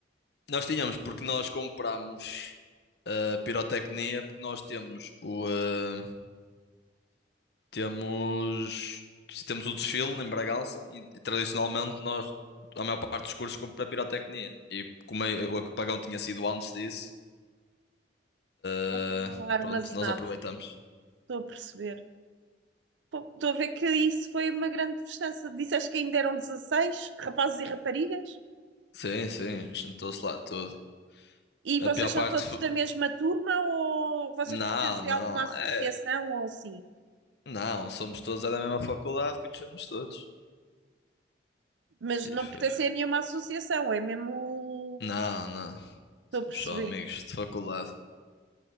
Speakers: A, on the left; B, on the right.
A: nós tínhamos, porque nós comprámos a pirotecnia, porque nós temos o. ah, temos. Temos o desfile em Bragança e, e tradicionalmente nós, a maior parte dos cursos, compra pirotecnia. E como a- o apagão tinha sido antes disso, ah,
B: já tinham lá armazenado.
A: pronto, nós aproveitamos.
B: Estou a perceber. Pô, Estou a ver que isso foi uma grande festança. Disseste que ainda eram 16 rapazes e raparigas?
A: Sim, sim, juntou-se lá tudo.
B: E vocês
A: A pior parte,
B: são todos da mesma turma ou vocês
A: Não,
B: pertencem
A: não,
B: a alguma associação
A: é,
B: ou assim?
A: não, somos todos é da mesma faculdade, conhecemos todos.
B: Mas não
A: E
B: pertencem
A: foi.
B: a nenhuma associação, é mesmo
A: Não, não,
B: Estou
A: somos
B: a perceber.
A: só amigos de faculdade.